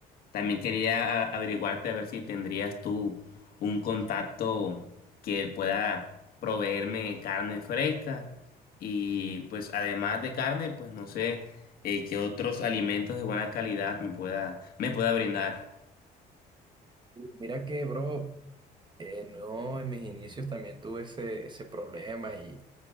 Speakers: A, on the left (about 60°); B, on the right (about 25°).
A: también quería a- averiguarte a ver si tendrías tú un contacto que pueda proveerme carne fresca. Y pues además de carne, pues no sé eh, qué otros alimentos de buena calidad me pueda, me pueda brindar.
B: Mira que, bro, eh, no, en mis inicios también tuve ese, ese problema y